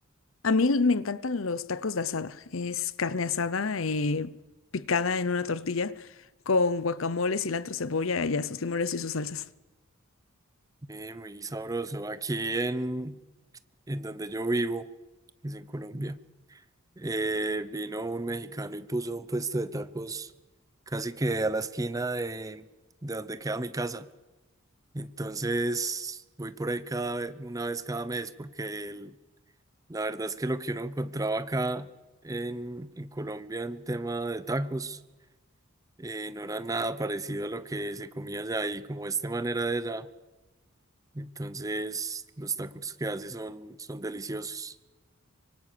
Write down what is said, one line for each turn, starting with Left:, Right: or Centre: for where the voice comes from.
Left: A mí me encantan los tacos de asada. Es carne asada eh, picada en una tortilla con guacamole, cilantro, cebolla y a sus limones y sus salsas.
Right: Eh, muy sabroso. Aquí en, en donde yo vivo, que es en Colombia. Eh, vino un mexicano y puso un puesto de tacos casi que a la esquina de, de donde queda mi casa. Entonces voy por ahí cada, ve- una vez cada mes porque el- la verdad es que lo que uno encontraba acá en, en Colombia en tema de tacos eh, no era nada parecido a lo que se comía allá y como este manera de allá. Entonces los tacos que hace son, son deliciosos.